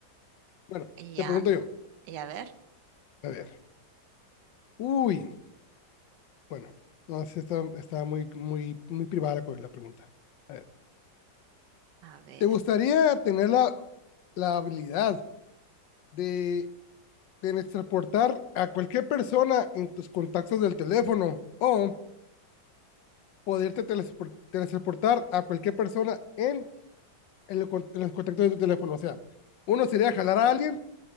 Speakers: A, on the left; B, on the right.
A: Bueno,
B: Ya,
A: te pregunto yo.
B: y a ver,
A: A ver. Uy, bueno, no sé, está, está muy, muy, muy privada la, co- la pregunta. A ver,
B: a ver.
A: ¿te gustaría tener la, la habilidad de Tienes transportar a cualquier persona en tus contactos del teléfono o poderte telespor- teletransportar a cualquier persona en, en lo en los contactos de tu teléfono. O sea, uno sería jalar a alguien